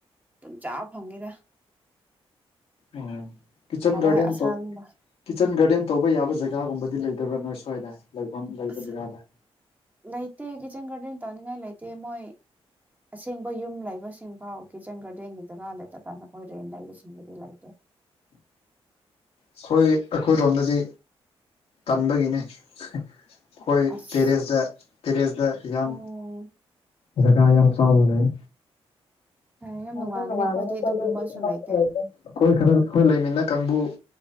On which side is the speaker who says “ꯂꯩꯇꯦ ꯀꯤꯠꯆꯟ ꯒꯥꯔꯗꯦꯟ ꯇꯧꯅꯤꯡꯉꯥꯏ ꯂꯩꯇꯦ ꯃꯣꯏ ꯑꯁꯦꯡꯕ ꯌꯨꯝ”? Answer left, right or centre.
Right